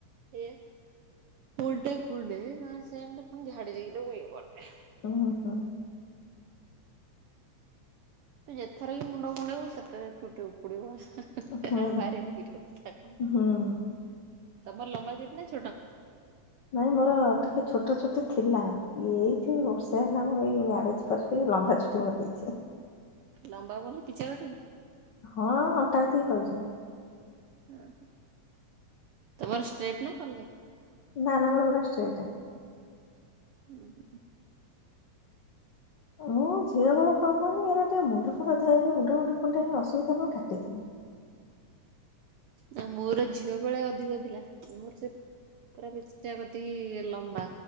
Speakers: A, on the right; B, on the left.
A: ଏ ଉଲଟେ କୁଣ୍ଢେଇବି ନହେଲେ ସେମିତି ପୁଣି ଝାଡ଼ି ଦେଇିକିରି ତାକୁ ଇୟେ କରିଦେ।
B: ଉଁ ହୁଁ।
A: ତୁ ଯେତଥର ବି ମୁଣ୍ଡ କୁଣ୍ଡେଇବୁ ସେତେ ଚୁଟି ଉପୁଡିବ।
B: ହୁଁ
A: ଏରାକ ଭାରି ବିରକ୍ତିଆ କାମ
B: ହୁଁ ହୁଁ
A: ତମର ଲମ୍ବା ଚୁଟି ନା ଛୋଟ?
B: ନାଇ ମୋର ଟିକେ ଛୋଟ ଚୁଟି ଥିଲା ଏଇଠି ବର୍ଷା ହେଲା ମୁଁ ଏଇ ଏଇ ମ୍ୟାରେଜ ପରେ ଟିକେ ଲମ୍ବା ଚୁଟି ମୋର ହେଇଛି।
A: ଲମ୍ବା ବଲେ ପିଚା କତିକି?
B: ହଁ ଅଣ୍ଟା ଏତିକି କହୁଛି।
A: ଅ ହ ତମର ଷ୍ଟ୍ରେଟ ନା କରଲି?
B: ନା ନା ମୋର ପୁରା ଷ୍ଟ୍ରେଟ।
A: ହୁଁ ହୁଁ।
B: ହଁ ଝିଅ ବେଳ କଣ କହୁନିଏଇନା ଟିକେ ମୁଣ୍ଡ ଫୁଣ୍ଡ ଧୋଇବ ମୁଣ୍ଡ ଫୁଣ୍ଡ କୁଣ୍ଡେଇବ ଅସୁବିଧା ହେଲେ କାଟିଦିଏ।
A: ନା ମୋର ଝିଅ ବେଳେ ଅଧିକ ଥିଲା ମୋର ସେ ପୁରା ପିଚ୍ କା କତି ଲମ୍ବା।